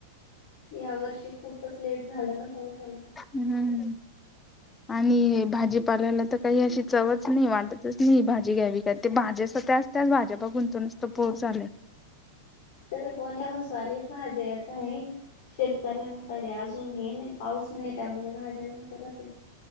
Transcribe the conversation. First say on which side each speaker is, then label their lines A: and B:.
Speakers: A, on the left (about 55°); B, on the left (about 15°).
A: या वर्षी खूपच लेट झाला ना पावसाला
B: हम्म <inaudible> आणि भाजीपाल्याला तर काही अशी चवच नाही वाटतच नाही भाजी घ्यावी का ते भाज्या तर त्या अश्या त्याच भाज्या बघून तर नुसतं बोर झालंय.
A: सगळे पॉली हाऊस वालेच भाजी येतं आहे, शेतकऱ्यांकडे अजून हे नाही पाऊस नाही त्यामुळे भाज्या नाही करत आहे,